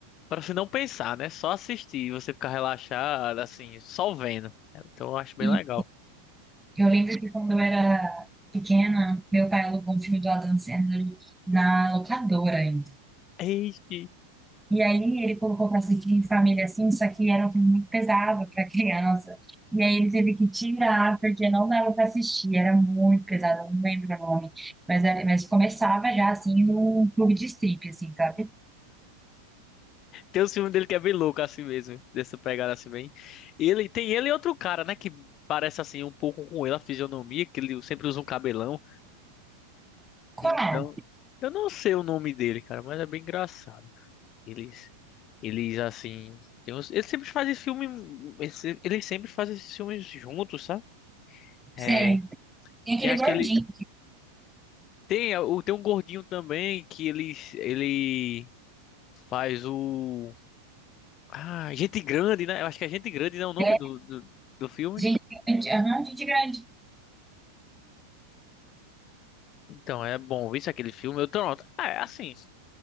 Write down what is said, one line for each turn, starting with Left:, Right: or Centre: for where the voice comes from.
Left: para você não pensar, né? Só assistir, e você ficar relaxado, assim, só vendo. Então eu acho bem
Centre: E
Left: legal.
Centre: eu lembro que quando eu era pequena, meu pai alugou um filme do Adam Sandler na locadora ainda.
Left: Eita.
Centre: E aí ele colocou para assistir em família assim, só que era um filme muito pesado para <laughs> criança. E aí ele teve que tirar, porque não dava para assistir, era muito pesado, eu não lembro o nome. Mas, era- mas começava já assim num clube de strip, assim, sabe?
Left: Tem um filme dele que é bem louco assim mesmo, dessa pegada assim bem. Ele tem ele e outro cara, né, que parece assim um pouco com ele a fisionomia, que ele sempre usa um cabelão.
Centre: Qual?
Left: Então, eu não sei o nome dele, cara, mas é bem engraçado. Eles eles assim, tem uns- eles sempre fazem filme, esse- eles sempre fazem esses filmes juntos, sabe? É,
Centre: Sei. Tem aquele
Left: tem aquele
Centre: gordinho,
Left: tem é, o tem um gordinho também que ele ele faz o Ah, Gente Grande, né? Eu acho que é Gente Grande, né? O nome
Centre: né?
Left: do, do, do filme.
Centre: Gente grande, aham, gente grande.
Left: Então, é bom. Isso aquele filme, eu tô Ah, é assim.